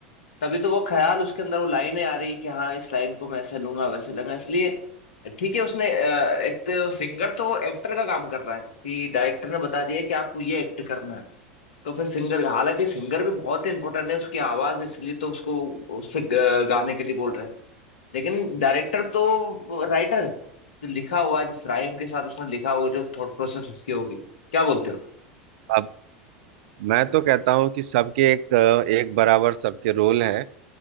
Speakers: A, on the left; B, on the right.
A: तभी तो वो ख्याल उसके अंदर वो लाइनें आ रही कि हाँ इस लाइन को मैं ऐसे लूंगा वैसे लूंगा इसलिए ठीक है उसने अ, एक तो सिंगर तो एक्टर का काम कर रहा है कि डायरेक्टर ने बता दिया कि आपको ये एक्ट करना है तो फिर सिंगर का हालांकि सिंगर भी बहुत इंपॉर्टेंट है उसकी आवाज इसलिए तो उसको उससे ग- गाने के लिए बोल रहे हैं लेकिन डायरेक्टर तो राइटर है जो लिखा हुआ है, जिस राइम के साथ उसने लिखा हुआ जो थॉट प्रोसेस उसकी होगी क्या बोलते हो
B: अब मैं तो कहता हूँ कि सबके एक एक बराबर सबके रोल हैं